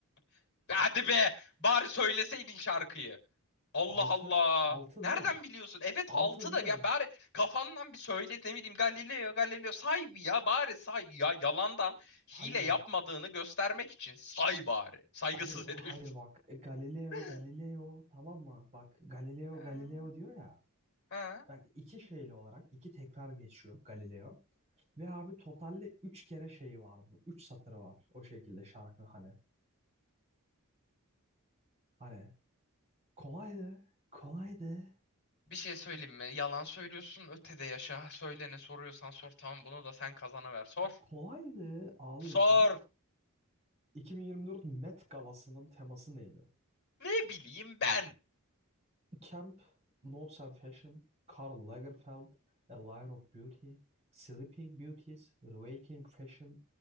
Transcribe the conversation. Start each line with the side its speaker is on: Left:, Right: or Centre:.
Left: <laughs> Hadi be! Bari söyleseydin şarkıyı. Allah
Right: altı,
Left: Allah.
Right: altı değil
Left: Nereden
Right: mi?
Left: biliyorsun? Evet
Right: Altı
Left: 6
Right: değil
Left: da
Right: mi?
Left: ya bari kafandan bir söyle ne bileyim Galileo Galileo say bir ya bari say ya yalandan
Right: Hayır
Left: hile yapmadığını
Right: bak.
Left: göstermek için say bari. Saygısız
Right: Abi
Left: herif.
Right: hayır bak. E, Galileo
Left: <laughs>
Right: Galileo tamam mı? Bak Galileo
Left: Ha?
Right: Galileo diyor ya.
Left: ha.
Right: Bak iki şeyli olarak iki tekrar geçiyor Galileo. Ve abi totalde üç kere şeyi var bu. Üç satırı var o şekilde şarkı hani. Hani kolaydı, kolaydı,
Left: Bir şey söyleyeyim mi? Yalan söylüyorsun ötede yaşa. Söyle ne soruyorsan sor tamam bunu da sen kazanıver sor.
Right: kolaydı ağlıyorsun.
Left: Sor.
Right: 2024 Met Galası'nın teması neydi?
Left: Ne bileyim ben.
Right: Camp, Notes and Fashion, Karl Lagerfeld, A Line of Beauty, Sleeping Beauties, Waking Fashion,